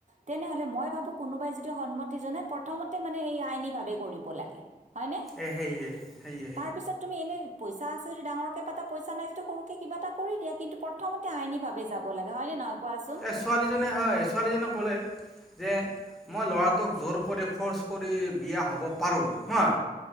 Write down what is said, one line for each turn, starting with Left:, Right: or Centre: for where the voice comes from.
Right: তেনেহ'লে মই ভাবোঁ কোনোবাই যদি সন্মতি জনাই প্ৰথমতে মানে এই আইনীভাৱে কৰিব লাগে হয়নে
Centre: এ সেই স
Right: তাৰপিছত তুমি এনেই পইচাঁ আছে যদি ডাঙৰ কিবা এটা পইচাঁ নাই যদি সৰুকে কিবা এটা কৰি দিয়ে কিন্তু প্ৰথমতে আইনী ভাৱে যাব লাগে হয়নে নহয় কোৱাচোন
Centre: এ ছোৱালীজননে হয় ছোৱালীজনিক কলে যে মই ল'ৰাটোক জোৰ কৰি ফ'ৰ্চ কৰি বিয়া হ'ব পাৰোঁ হাঁ